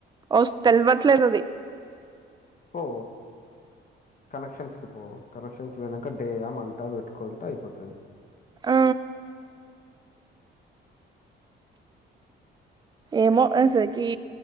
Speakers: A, on the right; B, on the left.
A: వొస్త్ తెలివట్లేదు అది
B: ఓ కనెక్షన్స్ కి పోవు కనెక్షన్స్ పోయినంక డేయా మంత పెట్టుకోంత అయిపోతాది.
A: ఆ ఏమో అసల్కి